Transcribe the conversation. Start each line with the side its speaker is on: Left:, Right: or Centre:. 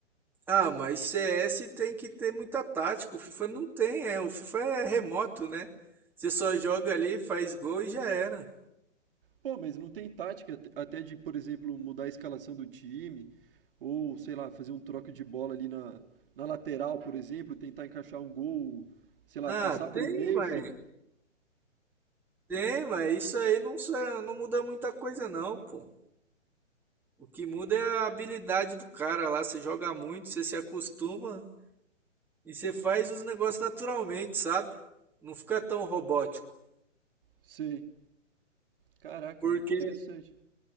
Centre: Ah, mas CS tem que ter muita tática. O FIFA não tem, é. O FIFA é remoto, né? Você só joga ali, faz gol e já era.
Right: Pô, mas não tem tática at- até de, por exemplo, mudar a escalação do time, ou sei lá, fazer um troco de bola ali na, na lateral, por exemplo, tentar encaixar um gol, sei lá,
Centre: Ah,
Right: passar pro
Centre: tem,
Right: meio,
Centre: mas
Right: chutar.
Centre: tem, mas isso aí não, sa- não muda muita coisa não, pô. O que muda é a habilidade do cara lá. Você joga muito, você se acostuma e você faz os negócios naturalmente, sabe? Não fica tão robótico.
Right: Sei. Caraca,
Centre: Porque,
Right: mano, interessante.